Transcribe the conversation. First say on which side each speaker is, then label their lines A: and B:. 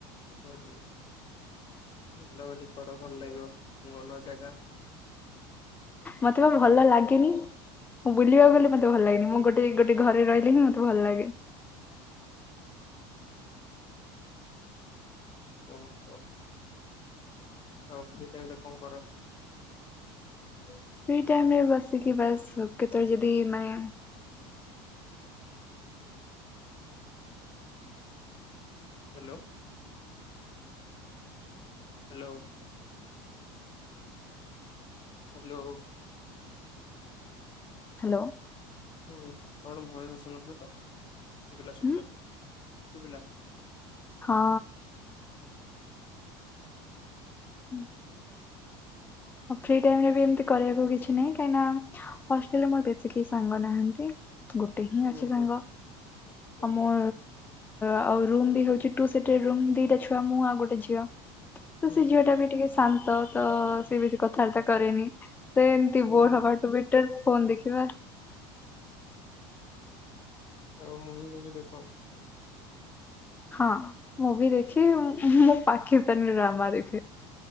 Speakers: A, on the left; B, on the left.
A: ହୁଁ ହୁଁ ବୁଲା ବୁଲି କର ଭଲ ଲାଗିବ ନୂଆ ନୂଆ ଜାଗା।
B: ମତେ ପା ଭଲ ଲାଗେନି ମୁଁ ବୁଲିବାକୁ
A: ହଉ ହଉ
B: ଗଲେ ମତେ ଭଲ ଲାଗେନି ମୁଁ ଗୋଟେ ଗେ ଗୋଟେ ଘରେ ରହିଲେି ମତେ ଭଲ ଲାଗେ।
A: ଓ ହୋ। ଆଉ ଫ୍ରି ଟାଇମରେ କଣ କର? <inaudible>
B: ଫ୍ରି ଟାଇମରେ ବସିକି ବାସ୍ କେତେବେଳେ ଯଦି ମାନେ
A: ହାଲୋ। ହାଲୋ। ହାଲୋ।
B: ହାଲୋ।
A: ହୁଁ କଣ ଭୟସ ଆସୁନଥିଲୁତ ଶୁଭିଲା ଶୁଭିଲା
B: ହୁଁ
A: ଶୁଭିଲା।
B: ହଁ। <unintelligible> ଫ୍ରି ଟାଇମରେ ବି ଏମତି କରିବାକୁ କିଛି ନାହିଁ କାହିଁକିନା ହଷ୍ଟେଲରେ ମୋର ବେଶୀ କେହି ସାଙ୍ଗ ନାହାନ୍ତି। ଗୋଟେ ହିଁ ଅଛି
A: ଓହୋ
B: ସାଙ୍ଗ
A: ହୁଁ
B: ଆଉ ମୋ ଆଉ ରୁମ୍ ବି ହଉଛି ଟୁ ସିଟର ରୁମ୍ ଦିଟା ଛୁଆ ମୁଁ ଆଉ ଗୋଟେ ଝିଅ। ତ
A: ହୁଁ
B: ସେ ଝିଅ ଟା ବି ଟିକେ ଶାନ୍ତ ତ ସେ ବେଶୀ କଥାବାର୍ତ୍ତା କରେନି। ସେ ଏମିତି ବୋର
A: ଓହୋ
B: ହବା ଟୁ ବେଟର ଫୋନ୍ ଦେଖିବା।
A: ଆଉ ମୁଭି ଫୁଭି ଦେଖ।
B: ହଁ ମୁଭି ଦେଖେ ମୁଁ ପାକିସ୍ତାନୀ ଡ୍ରାମା ଦେଖେ।